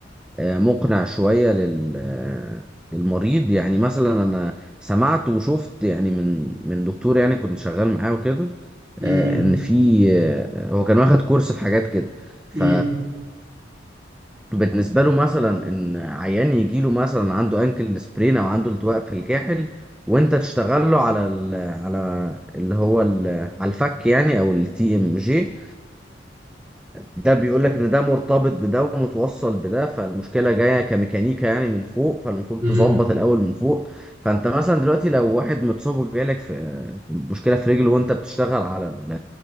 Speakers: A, in the centre; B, on the right (about 20°).
A: آه، مقنع شوية لل آه، للمريض يعني مثلا أنا سمعت وشفت يعني من من دكتور يعني كنت شغال معاه وكده
B: مم.
A: آه، إن في آه، هو كان واخد كورس في حاجات كده ف
B: مم.
A: بالنسبة له مثلا إن عيان يجي له مثلا عنده أنكل سبرين أو عنده التواء في الكاحل وأنت تشتغل له على ال على اللي هو ال على الفك يعني أو التي إم جي ده بيقول لك إن ده مرتبط بده ومتوصل بده فالمشكلة جاية كميكانيكا يعني من فوق فالمفروض
B: مم.
A: تظبط الأول من فوق فأنت مثلا دلوقتي لو واحد متصاب وجالك في آه، مشكلة في رجله وأنت بتشتغل على